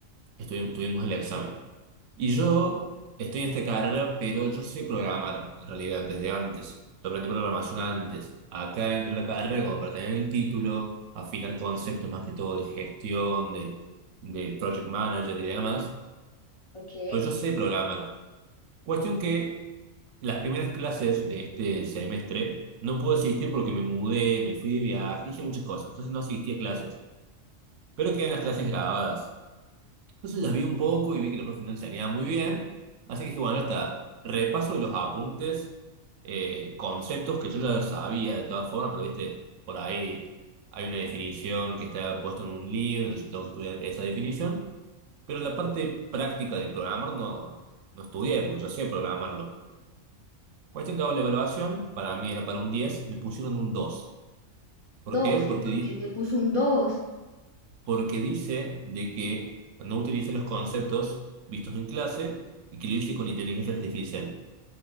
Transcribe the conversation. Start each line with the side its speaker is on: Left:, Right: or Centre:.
Right: estuvi- tuvimos el examen. Y yo estoy en esta carrera, pero yo sé programar en realidad desde antes. Yo aprendí programación antes. Acá dentro de la carrera, como para tener el título, afinar conceptos más que todo de gestión, de, de project manager y demás.
Left: Ok.
Right: Pero yo sé programar. Cuestión que las primeras clases de este semestre no pude asistir porque me mudé, me fui de viaje, hice muchas cosas. Entonces no asistí a clases. Pero quedan las clases grabadas. Entonces las vi un poco y vi que la profe no enseñaba muy bien, así que dije, bueno, hasta repaso de los apuntes, eh, conceptos que yo ya sabía de todas formas, pero viste, por ahí hay una definición que está puesta en un libro, entonces tengo que estudiar esa definición, pero la parte práctica de programar no, no estudié, porque yo sé programarlo. Cuestión que hago la evaluación, para mí era para un diez me pusieron un dos ¿Por
Left: Dos.
Right: qué?
Left: ¿Y
Right: Porque
Left: por qué te puso un dos?
Right: porque dice de que no utilice los conceptos vistos en clase y que lo hice con inteligencia artificial.